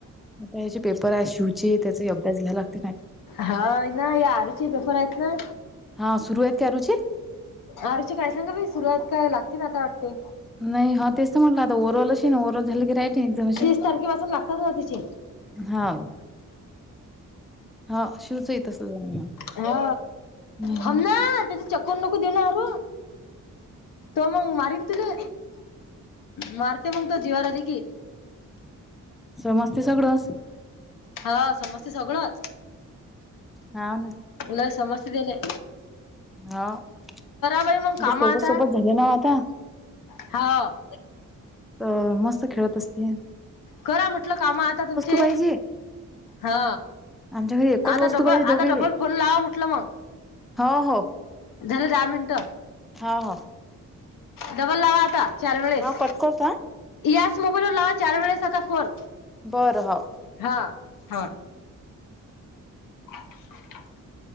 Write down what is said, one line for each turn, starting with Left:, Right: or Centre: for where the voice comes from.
Centre: <inaudible> शिवचे त्याचा अभ्यास घ्यायला लागते काय
Left: हा ना या आरूचे पेपर आहेत ना.
Centre: हा, सुरूवात करायची.
Left: आरुचे काय सांगा सुरत काय लागते ना आता वाटते.
Centre: नाही हा तेच तर म्हटलं आता ओरल अशी ना ओरल झालं की रायटिंग एक्झाम
Left: तीस तारखेपसून लागतात ना तिची.
Centre: हां. हा शीवच ही तसंच.
Left: ह
Centre: हम्म
Left: थाम ना ते चक्कर नको देऊ नका. तो मग मारीन तुला, मारते मग तो जीवाराधी की.
Centre: समसतय सगळं.
Left: हा समस्ते सगळं.
Centre: हा ना.
Left: लय समस्ते तिला.
Centre: हा! ते
Left: बाई मग काम
Centre: सोबत,
Left: आता.
Centre: सोबत झाले ना आता.
Left: हा...
Centre: तर मस्त खेळत असते.
Left: करा म्हटलं काम आता तुमचे.
Centre: पाहिजे.
Left: हा!
Centre: आमच्या घरी एकच
Left: आता
Centre: वस्तू
Left: डबल,
Centre: पाहिजे
Left: आता
Centre: दोघीले.
Left: डबल फोन लावा म्हटलं मग.
Centre: हो हो.
Left: झालं दहा मिनट.
Centre: हो, हो,
Left: डबल लावा आता चार वेळेस
Centre: हा कट करतो हा.
Left: याच मोबाईल लावा चार वेळेस आता फोन.
Centre: बरं ह.
Left: हा! हा! <inaudible>